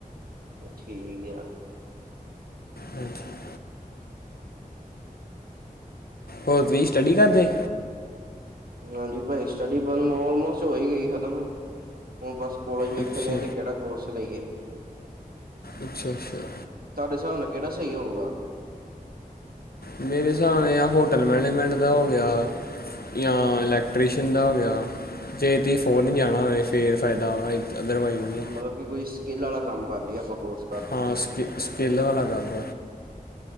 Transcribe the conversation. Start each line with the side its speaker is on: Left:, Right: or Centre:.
Right: ਠੀਕ ਆ
Left: ਹੱ ਕੇ ਹੋਰ ਤੁਸੀਂ ਸਟੱਡੀ ਕਰਦੇ?
Right: ਹਾਂਜੀ ਭਾਜੀ ਸਟੱਡੀ ਬਸ ਆਲਮੋਸਟ ਹੋਈ ਗਈ ਖਤਮ ਹੁਣ ਬਸ ਕੋਲਜ ਵੇਖ
Left: ਅੱਛਾ
Right: ਨੇ ਅਤੇ ਕਿਹੜਾ ਕੋਰਸ ਲਈਏ।
Left: ਅੱਛਾ ਅੱਛਾ।
Right: ਤੁਹਾਡੇ ਹਿਸਾਬ ਨਾਲ ਕਿਹੜਾ ਸਹੀ ਹੋਊਗਾ?
Left: ਮੇਰੇ ਹਿਸਾਬ ਨਾਲ ਆ ਹੋਟਲ ਮੈਨੇਜਮੈਂਟ ਦਾ ਹੋ ਗਿਆ। ਜਾਂ ਇਲੈਕਟ੍ਰੀਸ਼ਨੀਸ਼ਨ ਦਾ ਹੋ ਗਿਆ ਜੇ ਤੁਸੀਂ ਫੋਰਨ ਨਹੀਂ ਜਾਣਾ ਹੋਵੇ ਫਿਰ ਫਾਇਦਾ ਵਾ ਅਦਰਵਾਈਜ਼ ਨਹੀਂ
Right: ਮਤਲਬ ਕਿ ਕੋਈ ਸਕਿੱਲ ਵਾਲਾ ਕੰਮ ਕਰ ਲਈਏ ਆਪਾਂ ਬੋਰਸ
Left: ਹਾਂ ਸਕੇ ਸਕਿੱਲ ਵਾਲਾ ਕੰਮ